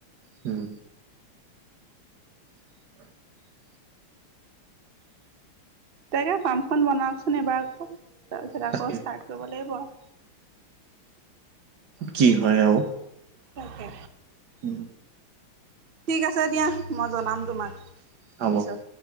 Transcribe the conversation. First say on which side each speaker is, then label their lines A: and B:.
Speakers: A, on the right; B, on the right.
A: উম উ <inaudible>
B: তাকে ফাৰ্মখন বনাওকচোন এবাৰ, আকৌ তাৰপিছত আকৌ
A: তাকে
B: ষ্টাৰ্ট কৰিব লাগিব আৰু।
A: কি হয় আৰু।
B: তাকে
A: উম
B: ঠিক আছে দিয়া মই জনাম তোমাক
A: হ'ব।
B: পিছত